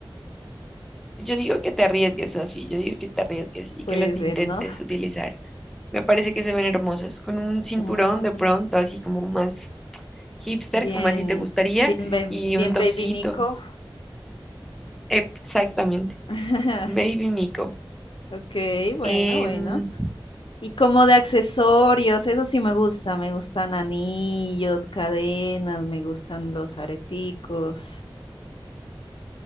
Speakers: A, in the centre; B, on the left.
A: yo digo que te arriesgues, Sofi, yo digo que te arriesgues y
B: Puede
A: que las intentes
B: ser, ¿no?
A: utilizar. Me parece que se ven hermosas, con un cinturón
B: Mm,
A: de pronto, así como más hipster,
B: bien,
A: como a ti te gustaría,
B: bien, ba-
A: y
B: bien,
A: un topsito.
B: baby Mico.
A: Exactamente.
B: <laughs>
A: Baby Mico.
B: Ok, bueno,
A: Em,
B: bueno. Y como de accesorios, eso sí me gusta. Me gustan anillos, cadenas, me gustan los areticos.